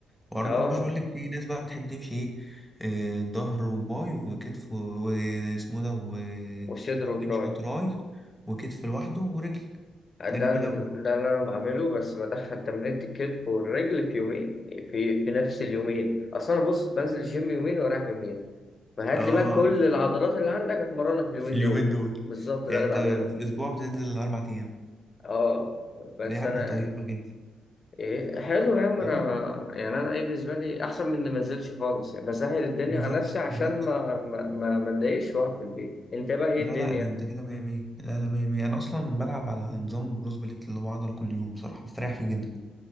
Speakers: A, in the centre; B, on the left (about 40°).
A: وارنولد
B: اه
A: بوش بيقول لك في ناس بقى بتحب تمشي ايه آه، ظهر وباي وكتف و- واسمه ده وبنش
B: وصدر وتراي
A: وتراي وكتف لوحده ورجل
B: ده
A: ده جميل
B: ال-
A: قوي برضه.
B: ده اللي انا بعمله بس بدخل تمرينة الكتف والرجل في يومين في في نفس اليومين اصل انا بص بنزل الجيم يومين ورايح يومين فهات
A: اه
B: لي بقى كل العضلات اللي عندك اتمرنها في اليومين
A: في اليومين
B: دول
A: دول
B: بالظبط ده
A: يعني
B: اللي
A: انت
B: بعمله
A: في الاسبوع بتنزل الاربع ايام
B: اه بس
A: ده يا عم
B: انا
A: طيبه جدا
B: ايه حلو يا عم
A: طيب
B: انا يعني انا ايه بالنسبه لي احسن من إني ما انزلش خالص يعني بسهل الدنيا
A: بالظبط
B: على نفسي عشان
A: بالظبط
B: ما ما ما ما اتضايقش واقعد في البيت انت بقى ايه
A: لا
B: الدنيا
A: لا ده انت كده 100 100 لا لا 100 100 انا اصلا بلعب على نظام بروس بليت اللي هو عضله كل يوم بصراحه مستريح فيه جدا